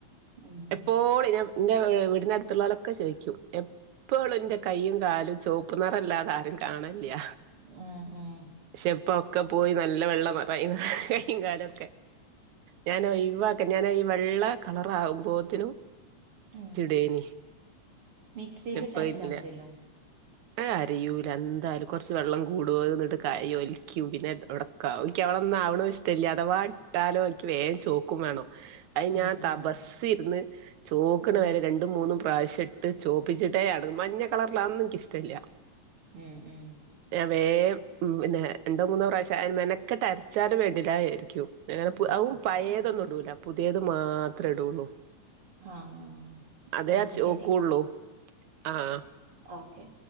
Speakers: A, on the right; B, on the right.
A: ഉം
B: എപ്പോളും ഞാൻ <unintelligible> വീടിനടുത്തുള്ളവളൊക്കെ ചോദിക്കും എപ്പളും ന്റെ കയ്യും കാലും ചോപ്പ് നിറല്ലാതാരും കാണല്യ
A: ഉം ഉം
B: പക്ഷെ ഇപ്പൊക്കെ പോയി നല്ല വെള്ളം <unintelligible> കയ്യും കാലും ഞാനോയിവാക്ക ഞാന ഈ വെള്ള കളറാകുമ്പോത്തിനും
A: ഉം
B: ഇനി
A: മിക്സിയിലിട്ട്
B: ഇപ്പ
A: അരച്ചാ
B: ഇല്ല
A: മതിയല്ലോ
B: <unintelligible> കരയൂല എന്തായാലും കുറച്ച് വെള്ളം കൂടോ എന്നിട്ട് കരിയ ഒലിക്കും പിന്നെ ഇവിടെ ക്കാവു എനിക്ക് അവളൊന്നും ആവണും ഇഷ്ടല്ല്യ അഥവാ ഇട്ടാലോ എനിക്ക് വേഗം ചോക്കും വേണം അയ് ഞാൻ
A: ഉം
B: തപസ്സിരുന്ന്
A: ഉം
B: ചോക്കണ
A: ഉം
B: വരെ രണ്ടും മൂന്നും പ്രാവശ്യം ഇട്ട് ചോപ്പിച്ചിട്ടേ അടങ്ങു മഞ്ഞ കളറിലാന്നേ എനിക്കിഷ്ടല്ല്യ
A: ഉം ഉം
B: ഞാൻ വേഗം ഉം പിന്നെ രണ്ടോ മൂന്നോ പ്രാവശ്യം മെനക്കെട്ടരച്ചാലും വെണ്ടീലായിരിക്കും <unintelligible> പു അതും പയതൊന്നും ഇടൂല പുതിയത് മാത്രേ ഇടുള്ളൂ
A: ആഹ്
B: അതെ
A: എന്നാ
B: ആഹ് ചോക്കൂള്ളൂ
A: ശരി
B: ആഹ്
A: ഓക്കെ